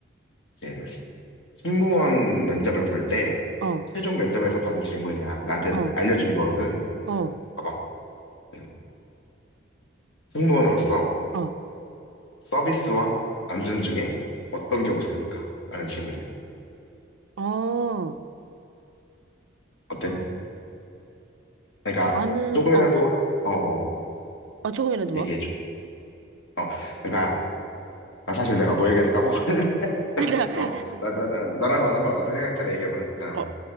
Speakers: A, on the left; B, on the right.
A: 이제 승무원 면접을 볼 때,
B: 어,
A: 최종 면접에서 받은 질문이야. 나한테
B: 어,
A: 알려주는 거거든.
B: 어,
A: 봐봐. 음. 승무원으로서
B: 어,
A: 서비스와 안전 중에 어떤 게 우선인가? 라는 질문이야.
B: 어,
A: 어때?
B: 어,
A: 그러니까
B: 나는,
A: 조금이라도,
B: 어,
A: 어, 어,
B: 어, 조금이라도
A: 얘기해줘.
B: 뭐?
A: 어, 그러니까, 아, 사실 내가 뭐 얘기하지 까먹었는데, <laughs>
B: <laughs>
A: 어, 나, 나, 나, 너라면 한번 어떻게 생각할지 한번 얘기해볼래? 어,
B: 어,